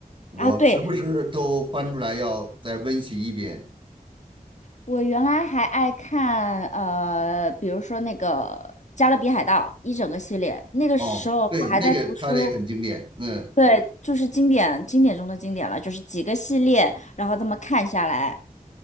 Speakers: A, on the right; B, on the left.
A: 我时不时都翻出来要再温习一遍。
B: 啊！对，我原来还爱看呃，比如说那个《加勒比海盗》一整个系列，那个时候我还在读书，
A: 哦，对，那个拍的也很经典。嗯
B: 对，就是经典经典中的经典了，就是几个系列，然后这么看下来。